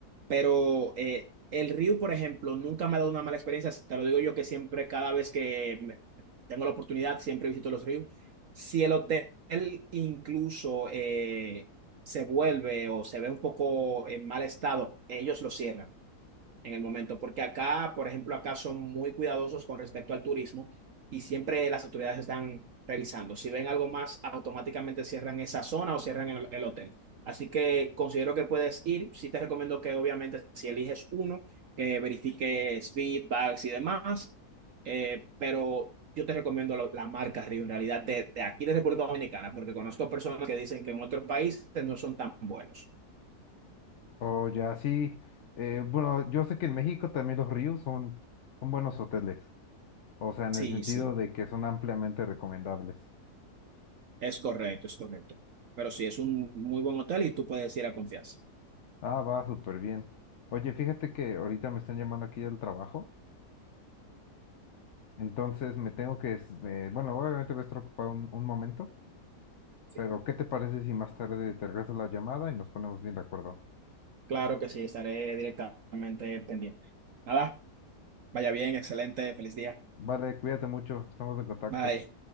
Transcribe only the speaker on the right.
Pero eh, el Ryu, por ejemplo, nunca me ha dado una mala experiencia. Te lo digo yo que siempre, cada vez que me- tengo la oportunidad, siempre visito los Ryu. Si el hotel incluso eh, se vuelve o se ve un poco en mal estado, ellos lo cierran en el momento, porque acá, por ejemplo, acá son muy cuidadosos con respecto al turismo y siempre las autoridades están revisando. Si ven algo más, automáticamente cierran esa zona o cierran el, el hotel. Así que considero que puedes ir. Sí te recomiendo que obviamente si eliges uno, que verifiques feedbacks y demás, eh, pero yo te recomiendo lo- la marca Río, en realidad de, de aquí de República Dominicana, porque conozco personas que dicen que en otros países no son tan buenos.
Sí,
sí.
Es correcto, es correcto. Pero sí, es un muy buen hotel y tú puedes ir a confianza.
Sí,
claro que sí, estaré directamente pendiente. Nada, vaya bien, excelente, feliz día.
Bye.